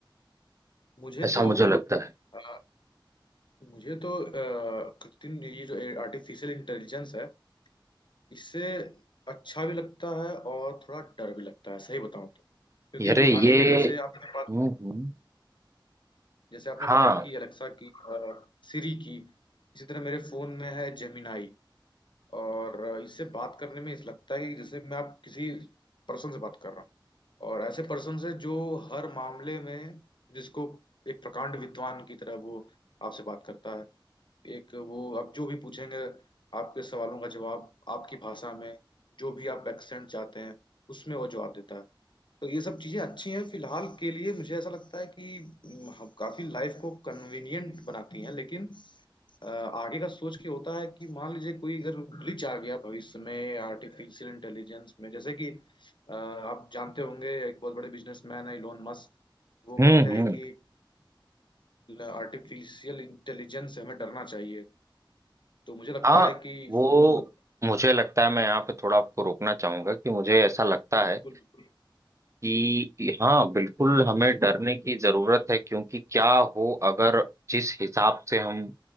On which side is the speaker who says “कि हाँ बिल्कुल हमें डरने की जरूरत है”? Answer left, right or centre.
Right